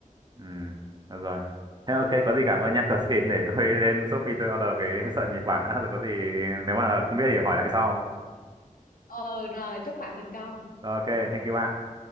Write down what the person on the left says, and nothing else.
Ừ rồi chúc bạn thành công